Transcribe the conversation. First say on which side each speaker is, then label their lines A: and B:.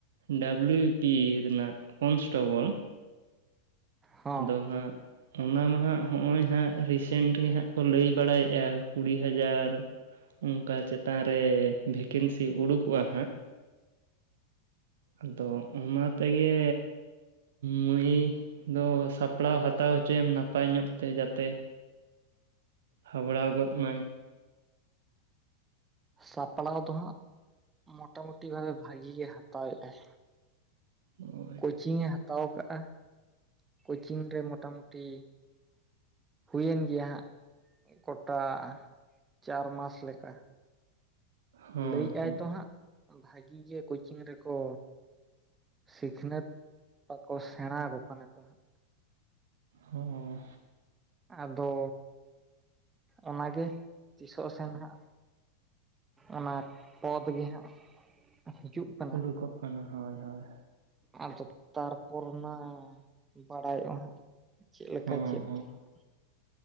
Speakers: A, on the right; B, on the right.
A: ᱰᱟᱵᱞᱩ ᱵᱤ ᱯᱤ ᱨᱮᱱᱟᱜ ᱠᱚᱱᱥᱴᱮᱵᱚᱞ
B: ᱦᱚᱸ
A: ᱟᱫᱚ ᱦᱟᱸᱜ ᱚᱱᱟ ᱢᱟ ᱦᱟᱸᱜ ᱦᱚᱸᱜᱼᱚᱭ ᱦᱟᱸᱜ ᱨᱤᱥᱮᱱᱴ ᱜᱮ ᱦᱟᱸᱜ ᱠᱚ ᱞᱟᱹᱭ ᱵᱟᱲᱟᱭᱮᱜᱼᱟ ᱠᱩᱲᱤ ᱦᱟᱡᱟᱨ ᱚᱱᱠᱟ ᱪᱮᱛᱟᱱ ᱨᱮ ᱵᱷᱮᱠᱮᱱᱥᱤ ᱩᱰᱩᱠᱚᱜᱼᱟ ᱦᱟᱸᱜ ᱟᱫᱚ ᱚᱱᱟ ᱛᱮᱜᱮ ᱢᱟᱹᱭ ᱫᱚ ᱥᱟᱯᱲᱟᱣ ᱦᱟᱛᱟᱣ ᱦᱚᱪᱚᱭᱮᱢ ᱱᱟᱯᱟᱭ ᱧᱚᱜ ᱛᱮ ᱡᱟᱛᱮ ᱦᱟᱵᱲᱟᱣ ᱜᱚᱫ ᱢᱟᱭ
B: ᱥᱟᱯᱲᱟᱣ ᱫᱚ ᱦᱟᱸᱜ ᱢᱚᱴᱟᱢᱩᱴᱤ ᱵᱷᱟᱹᱜᱤ ᱜᱮ ᱦᱟᱛᱟᱣ ᱮᱫᱟᱭ
A: ᱦᱳᱭ
B: ᱠᱳᱪᱤᱝ ᱮ ᱦᱟᱛᱟᱣ ᱟᱠᱟᱫᱼᱟ ᱠᱳᱪᱤᱝ ᱨᱮ ᱢᱚᱴᱟᱢᱩᱴᱤ ᱦᱩᱭᱮᱱ ᱜᱮᱭᱟ ᱦᱟᱸᱜ ᱠᱚᱴᱟ ᱪᱟᱨ ᱢᱟᱥ ᱞᱮᱠᱟ
A: ᱦᱚᱸ
B: ᱞᱟᱹᱭᱮᱫ
A: ᱦᱚᱸ
B: ᱟᱭ ᱛᱚ ᱦᱟᱸᱜ ᱵᱷᱟᱜᱤ ᱜᱮ ᱠᱳᱪᱤᱝ ᱨᱮᱠᱚ ᱥᱤᱠᱷᱱᱟᱹᱛ ᱟᱠᱚ ᱥᱮᱬᱟ ᱟᱠᱚ ᱠᱟᱱᱟ ᱠᱚ ᱦᱟᱸᱜ
A: ᱦᱚᱸ
B: ᱟᱫᱚ ᱚᱱᱟᱜᱮ ᱛᱤᱥᱚᱜ ᱥᱮᱱ ᱦᱟᱸᱜ ᱚᱱᱟ ᱯᱚᱫᱽ ᱜᱮ ᱦᱟᱸᱜ ᱦᱤᱡᱩᱜ ᱠᱟᱱᱟ
A: ᱩᱰᱩᱠᱚᱜ ᱠᱟᱱᱟ ᱦᱳᱭ ᱦᱳᱭ
B: ᱟᱫᱚ ᱛᱟᱨᱯᱚᱨ ᱚᱱᱟ ᱵᱟᱲᱟᱭᱚᱜᱼᱟ ᱦᱟᱸᱜ ᱪᱮᱫ ᱞᱮᱠᱟ
A: ᱦᱮᱸ
B: ᱪᱮᱫ
A: ᱦᱮᱸ
B: ᱫᱚ ᱦᱟᱸᱜ